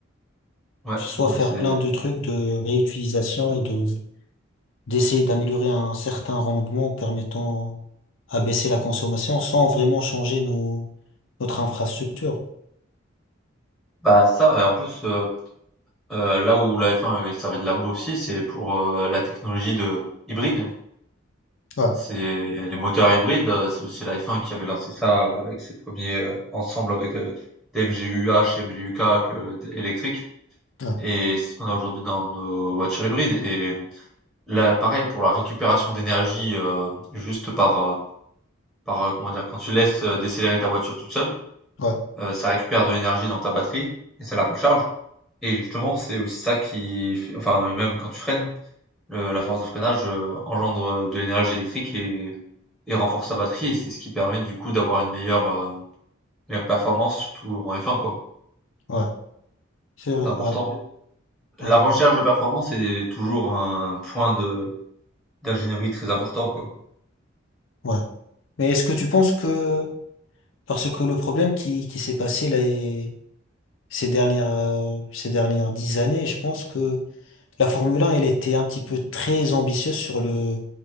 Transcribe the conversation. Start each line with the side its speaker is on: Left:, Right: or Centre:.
Centre: Ouais,
Left: soit
Centre: non, mais
Left: faire
Centre: c'est
Left: plein de trucs de réutilisation et de, d'essayer d'améliorer un certain rendement en permettant à baisser la consommation sans vraiment changer nos, notre infrastructure.
Centre: bah, ça et en plus, heu heu, là où la F1 avait servi de labo aussi, c'est pour, heu, la technologie de hybride.
Left: Ouais,
Centre: C'est les moteurs hybrides, heu, c'est aussi la F1 qui avait lancé ça avec ses premiers, heu, ensembles avec, heu, des MGUH et MGUK que d électriques
Left: ouais,
Centre: et c'est ce qu'on a aujourd'hui dans nos voitures hybrides et là, pareil pour la récupération d'énergie, heu, juste par, euh, par, euh, comment dire, quand tu laisses euh, décélérer ta voiture toute seule,
Left: ouais,
Centre: euh, ça récupère de l'énergie dans ta batterie et ça la recharge. Et justement, c'est aussi ça qui, fait- enfin, et même quand tu freines, le- la force de freinage euh, engendre de l'énergie électrique et, et renforce ta batterie et c'est ce qui permet du coup d'avoir une meilleure, euh, meilleure performance, surtout en F1, quoi.
Left: ouais. C'est vrai,
Centre: C'est important.
Left: ouais,
Centre: La
Left: ouais,
Centre: recherche
Left: ouais,
Centre: de performance est toujours un point de d'ingénierie très important, quoi.
Left: ouais. Mais est-ce que tu penses que, parce que le problème qui, qui s'est passé là, et ces dernières, euh, ces dernières dix années, je pense que La Formule 1, elle était un petit peu très ambitieuse sur le,